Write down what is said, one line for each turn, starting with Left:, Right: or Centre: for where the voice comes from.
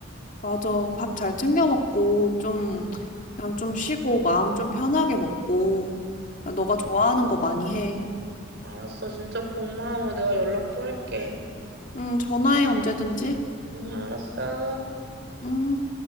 Left: 맞아. 밥 잘 챙겨 먹고, 좀,
Right: 음,
Left: 그냥 좀 쉬고, 마음 좀 편하게 먹고, 너가 좋아하는 거 많이
Right: 음,
Left: 해.
Right: 알았어. 진짜 고마워. 내가 연락 또 할게.
Left: 응, 전화해, 언제든지.
Right: 응, 알았어.
Left: 응.